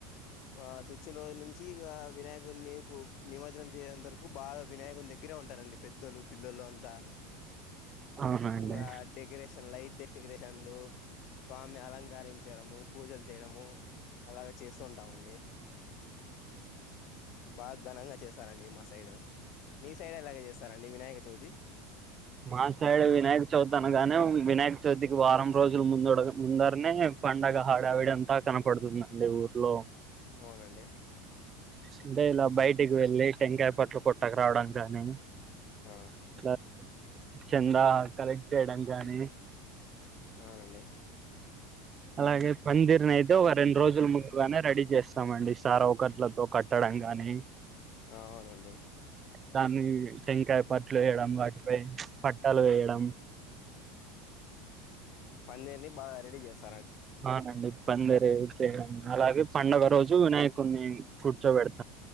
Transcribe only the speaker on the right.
అవునండి
మాసైడు వినాయక చౌతి అనగానే వినాయక చౌతికి వారం రోజులు ముందడ్ ముందరనే పండగ హడవిడి అంతా కనపడుతుందండి ఊర్లో.
అంటే ఇలా బయటికి వెళ్ళి. టెంకాయ పట్లు కొట్టక రావడం కానీ.
<unintelligible> చందా కలెక్ట్ చేయడం. గానీ
అలాగే పందిర్ని అయితే ఒక రెండు రోజుల ముందుగానే రెడీ చేస్తామండి. సారా ఒకట్లతో కట్టడం గాని
కానీ <unintelligible> టెంకాయ పట్లు వేయడం వాటిపై పట్టాలు వేయడం.
అవునండి. పందిరైతే అలాగే పండుగ రోజు వినాయకుడిని కూర్చో పెడత్